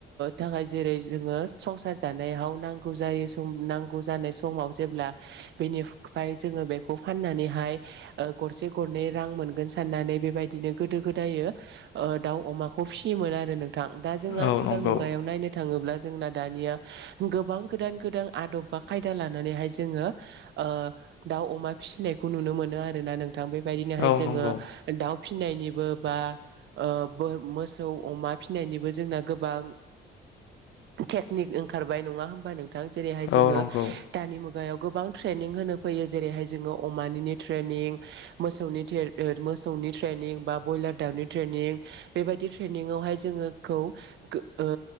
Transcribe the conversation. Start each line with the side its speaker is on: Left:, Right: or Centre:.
Right: थाखाय जेरै जोङो संसार जानायाव नांगौ जायो। बुम नांगौ जानाय समाव जेब्ला बेनिफ्राय जोङो बेखौ फाननानैहाय ओ गरसे गरनै रां मोनगोन साननानै बेबायदिनो गोदो गोदायो ओ दाउ अमाखौ फिसियोमोन। आरो नोंथां दा जोंङो
Left: औ
Right: आथिखाल
Left: नंगौ
Right: मुगायाव नायनो थाङोब्ला जोंना दानिया गोबां गोदान गोदान आदब बा खायदा लानानैहाय जोङो ओ दाउ अमा फिसिनायखौ नुनो मोनो आरोना नों नोंथां बेबायदिनोहाय
Left: औ
Right: जोङो
Left: नंगौ
Right: दाव फिनायनिबो बा ओ बो मोसौ ओ अमा फिनायनिबो जोंना गोबां टेकनिक ओंखारबाय नङा होमबा नोंथां जेरैहाय जोङो
Left: औ नंगौ
Right: दानि मुगायाव गोबां ट्रेनिं होनो फैयो जेरैहाय जोङो अमानिनो ट्रेनिं मोसौ ओ मोसौनि ट्रेन ट्रेनिं बा बयलार दाउनि ट्रेनिं बेबायदि ट्रेनिंआवहाय जोङोखौ गो ओ